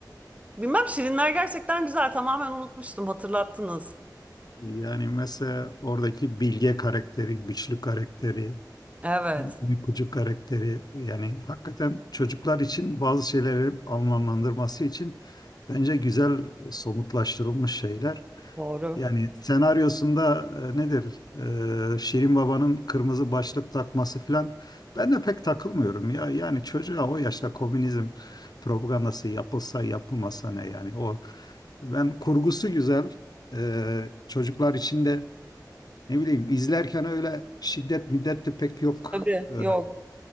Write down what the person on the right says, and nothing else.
bilmem Şirinler gerçekten güzel tamamen unutmuştum hatırlattınız.
Evet.
Doğru.
Tabii
yok.